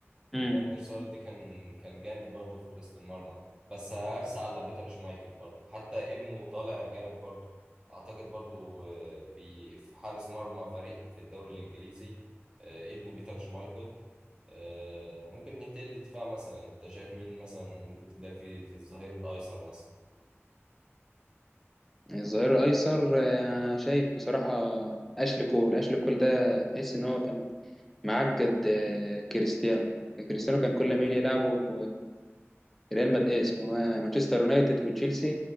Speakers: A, in the centre; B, on the right.
A: امم
B: فاندر سار دي كان كان جامد برضه في حراسة المرمى بس هرسى على بيتر شمايكل برضه حتى ابنه طالع جامد برضه اعتقد برضه آه، بي- في حارس مرمى فريق في الدوري الانجليزي آه، ابن بيتر شمايكل آه، ممكن ننتقل للدفاع مثلا انت شايف مين مثلا ممكن تبدا في في الظهير الايسر مثلا
A: الظهير الايسر آه، شايف بصراحه اشلي كول اشلي كول ده تحس ان هو كان معقد آه، كريستيانو كريستيانو كان كل ما يجي يلعبه في ريال مدريد اسمه آه، مانشستر يونايتد وتشيلسي